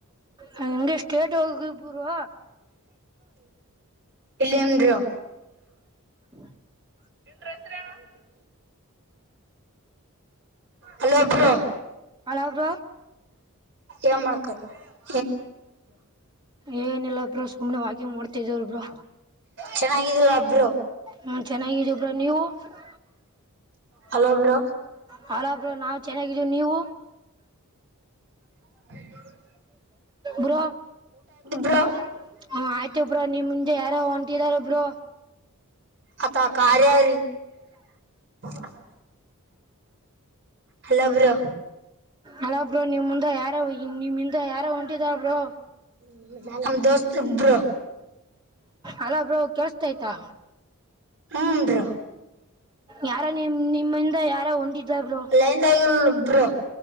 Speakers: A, on the right; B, on the right.
A: ನಂಗೆ ಸ್ಟೇಟ್ ಹೋಗಿ ಬ್ರೊ
B: ಇಲಿಮ್ ಬ್ರೊ
A: ಹ್ಮ <unintelligible>
B: ರಸರಾಮ <unintelligible> ಅಲ್ಲಭ್ರೋ
A: ಅಳಾ ಬ್ರೊ
B: ಎ ಮಳಕತ್ <unintelligible>
A: ಏನ ಇಲ್ಲ ಅ್ರ ಸುಮ್ನೆ ವಾಕಿಂಗ್ ಮಾಡ್ತಿಧೆ ಬ್ರ
B: ಚೆನ್ನಾಗಿದಿಲ್ಲ ಬ್ರೋ
A: ಹ್ಮ ಚೆನ್ನಾಗಿದೋಬ್ರ ನೀವು <unintelligible>
B: ಹಲೋ ಬ್ರೊ
A: ಹಲೋ ಬ್ರೊ ನಾವು ಚೆನ್ನಾಗಿದ್ದವು ನೀವು
B: ಹ <unintelligible>
A: ಬ
B: ಬ್ರೋ
A: ಹ ಆಯ್ತು <unintelligible> ಒಬ್ರು ನಿಮ್ ಮುಂದೆ ಯಾರೋ ಹೊಂಟೀಧಾರೆ ಬ್ರೊ
B: ಅತ್ತಾ ಕಾರಾರಾರಿ <unintelligible> ಹಲೋ ಬ್ರೊ
A: ಅಲ ಬ್ರೋ ನಿಮ ಮುಿಂದ ಯಾರೋ ನಿಮ್ಮಿಂದ ಯಾರೋ ಹೊಂಟಿದಾರ ಬ್ರೋ
B: <unintelligible> ನಮ್ ದೋಸ್ತು ಬ್ರೋ
A: ಅಲ ಬ್ರೋ ಕೇಳ್ಸ್ತಾ ಐತಾ
B: ಹ್ಮ ಬ್ರೊ
A: ಯಾರ ನಿಮ ನಿಮ್ಮಿಂದ ಯಾರ ಹೋಂಡಿದ ಬ್ರು
B: ಲೈಂದ ಆಗಲ್ ಬ್ರು